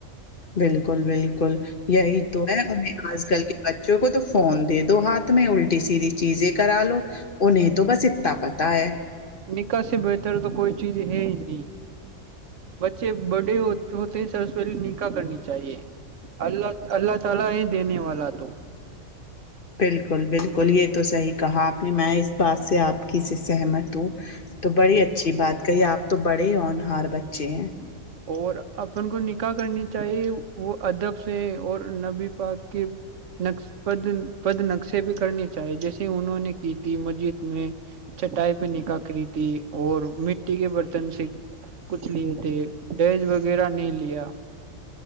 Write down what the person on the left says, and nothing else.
بالکل بالکل یہی تو ہے ہمیں آج کل کے بچوں کو تو فون دے دو ہاتھ میں الٹی سیدھی چیزیں کرا لو انہیں تو بس اتنا پتا ہے <unintelligible>
بالکل بالکل یہ تو صحیح کہا آپ نے میں اس بات سے آپ کی سے سہمت ہوں تو بڑی
اچھی بات کہی آپ تو بڑے ہی اورنہار بچے ہیں